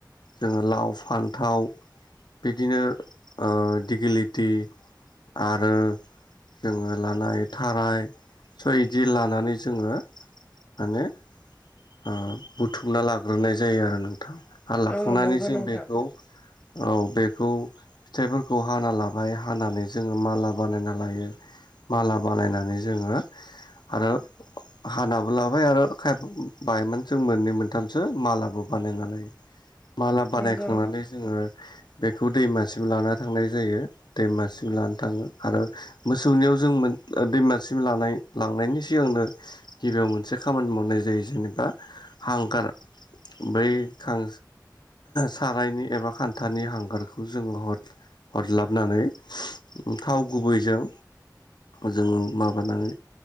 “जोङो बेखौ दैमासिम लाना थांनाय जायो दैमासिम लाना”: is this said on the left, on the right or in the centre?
Left